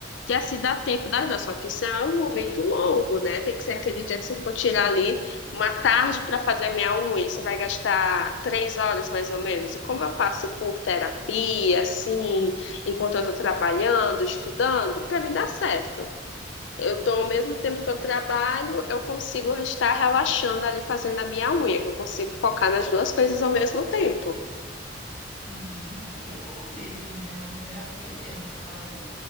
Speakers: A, on the left; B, in the centre.
A: que assim dá tempo das duas, só que isso é um momento longo, né? Tem que ser aquele dia que você for tirar ali uma tarde para fazer a minha unha, você vai gastar três horas mais ou menos. E como eu passo por terapia, assim, enquanto eu estou trabalhando, estudando, para mim dá certo. Eu tô, ao mesmo tempo que eu trabalho, eu consigo estar relaxando ali fazendo a minha unha, que eu consigo focar nas duas coisas ao mesmo tempo.
B: sim, aí é bom mesmo, né? É uma terapia mesmo, tá fazendo